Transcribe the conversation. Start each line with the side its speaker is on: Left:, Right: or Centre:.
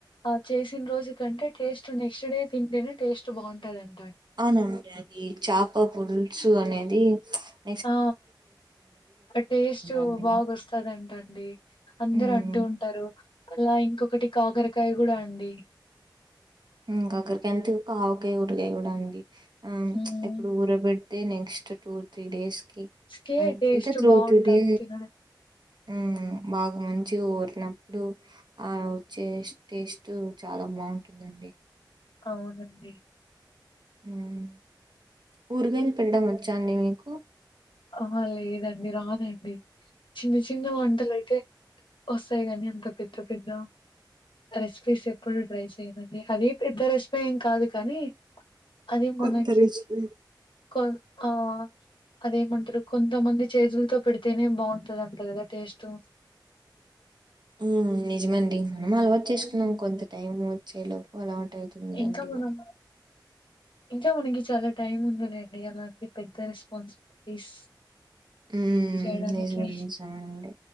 Left: ఆ చేసిన రోజు కంటే టేస్ట్ నెక్స్ట్ డే తింటేనే టేస్ట్ బాగుంటాదంట
Right: అవునండి అది చాప పుల్సు అనేది ప్చ్
Left: ఆ ఆ టేస్ట్
Right: అండి
Left: బాగొస్తాదంటండి అందరు
Right: ఉమ్
Left: అంటూ ఉంటారు అలా ఇంకొకటి కాకరకాయ కూడా అండి
Right: <unintelligible> ఆవకాయ ఊరగాయ కూడా ఉంది ఆ
Left: హ్మ్.
Right: ప్చ్ ఇప్పుడు ఊరబె ట్తే నెక్స్ట్ టూ త్రీ డేస్ కి
Left: కే
Right: అ
Left: టేస్ట్
Right: ఇంకా త్రూ
Left: బావుంటది
Right: టూ డే
Left: తినడం
Right: ఉమ్ బాగా మంచిగ ఊరినప్పుడు ఆ వచ్చే టేస్ట్ చాలా బాగుంటుందండి
Left: అవునండి
Right: హ్మ్ ఊరగాయలు పెట్టడం వచ్చా అండి మీకు
Left: అహా లేదండి రాదండి చిన్న చిన్న వంటలైతే వస్సాయి కానీ అంత పెద్ద పెద్ద రెసిపీస్ ఎప్పుడు ట్రై చేయనండి అది పెద్ద రెసిపీ ఏం కాదు కానీ కానీ
Right: కొత్త
Left: మనకి
Right: రెసిపీ
Left: కొ ఆ అదేమంటరు కొంతమంది చేతుల్తో పెడితేనే బావుంటదంటా కదా టేస్టు
Right: హ్మ్ నిజమే అండి మనమే అలవాటు చేసుకున్నాం
Left: హ్మ్.
Right: కొంత టైం వచ్చేలో వాలాంటే అయితుంది లేండి
Left: ఇంకా మనం
Right: మన
Left: ఇంకా మనకి చాలా టైం ఉందిలేండి అలాంటి పెద్ద రెస్పాన్స్ ఇస్
Right: ఉమ్
Left: చేయడానికి
Right: నిజమే నిజమండి